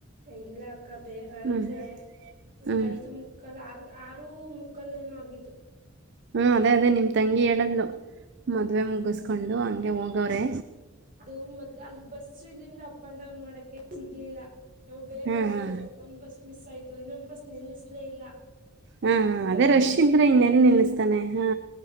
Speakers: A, on the right; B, on the right.
A: ಇಲ್ಲ ಅಕ್ಕ ಬೇಗ ಅಂದ್ರೆ
B: ಹ್ಞೂ
A: ಒಂದ್
B: ಹ್ಮ್
A: ಐದು ಮುಕ್ಕಲ್ ಆರ್ ಯಾರೂ ಮುಕ್ಕಲ್ಲೇನ ಆಗಿತ್ತು
B: ಹ್ಮ್ ಅದೇ ಅದೇ ನಿಮ್ ತಂಗಿ ಹೇಳದ್ಲು ಮದುವೆ ಮುಗಿಸ್ಕೊಂಡು ಹಂಗೆ ಹೋಗೋವ್ರೆ
A: ಅದು ಮ ಅಲ್ಲಿ ಬಸ್ಸು ಇಲ್ಲಿಂದ ಅಪ್ ಅಂಡ್ ಡೌನ್ ಮಾಡಕ ಸಿಗ್ಲಿಲ್ಲ ಹ ನಾವು ಬೇಗ
B: ಹ್ಮ್
A: ಹಓದ
B: ಹ್ಮ್
A: ಒಂದ್ ಬಸ್ ಮಿಸ್ ಆಯ್ತು ಇನ್ನೊ ಬಸ್ ನಿಲ್ಲಿಸಲೇ ಇಲ್ಲ
B: ಹಾ
A: ಒಂಬತ್
B: ಅದೇ ರಶ
A: ಗಂಟೆಗೆ
B: ಇದ್ರ ಇನ್ನೆಲ್ಲ ನಿಲ್ಲಸ್ತಾನೆ ಹಾ